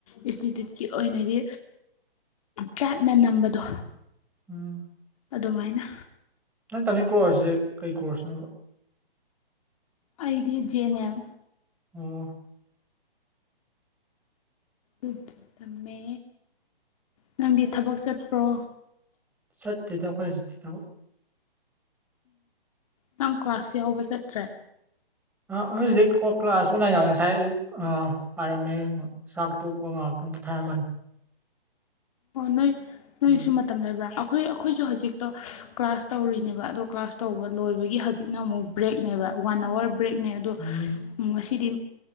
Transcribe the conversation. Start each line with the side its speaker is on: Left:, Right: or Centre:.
Left: ꯏꯟꯁꯇꯤꯇ꯭ꯌꯨꯠꯀꯤ ꯑꯣꯏꯅꯗꯤ ꯇ꯭ꯔꯥꯏꯞꯅ ꯅꯝꯕꯗꯣ
Centre: ꯎꯝ
Left: ꯑꯗꯨꯃꯥꯏꯅ
Centre: ꯅꯪ ꯇꯃꯤ ꯀꯣꯔꯁꯁꯦ ꯀꯩ ꯀꯣꯔꯁꯅꯣꯕ
Left: ꯑꯩꯗꯤꯖꯦ ꯅꯌꯥꯝ
Centre: ꯑꯣ
Left: ꯑꯗꯨ ꯇꯝꯃꯦ ꯅꯪꯗꯤ ꯊꯕꯛ ꯆꯠꯄ꯭ꯔꯣ
Centre: ꯁꯠꯇꯇꯗꯈ ꯆꯠꯇꯤ ꯇꯕ
Left: ꯅꯪ ꯀ꯭ꯂꯥꯁ ꯌꯥꯎꯕ ꯆꯠꯇ꯭ꯔꯦ
Centre: ꯑ ꯑꯩ ꯀ ꯀ꯭ꯂꯥꯁ ꯑꯣꯅꯥꯕ ꯉꯁꯥꯏ ꯄꯥꯏꯔꯝꯃꯦ ꯆꯥꯛ ꯄꯣꯛꯄ ꯉꯥꯏꯍꯥꯛꯇꯪ ꯄꯣꯊꯥꯔꯝꯃꯅꯤ
Left: ꯑꯣ ꯅꯣꯏ ꯅꯣꯏꯁꯨ
Centre: ꯑꯗꯒꯤ
Left: ꯃꯇꯝ ꯂꯩꯕ꯭ꯔꯥ ꯑꯩꯈꯣꯏ ꯑꯩꯈꯣꯏꯁꯨ ꯍꯧꯖꯤꯛꯇꯣ ꯀ꯭ꯂꯥꯁ ꯇꯧꯔꯤꯅꯦꯕ ꯑꯗꯣ ꯀ꯭ꯂꯥꯁ ꯇꯧꯕ ꯂꯣꯏꯕꯒꯤ ꯍꯧꯖꯤꯛꯅ ꯑꯃꯨꯛ ꯕ꯭ꯔꯦꯛꯅꯦꯕ ꯋꯥꯟ ꯑꯋꯥꯔ ꯕ꯭ꯔꯦꯛꯅꯦ ꯑꯗꯣ
Centre: ꯎꯝ
Left: ꯉ ꯁꯤꯗꯤ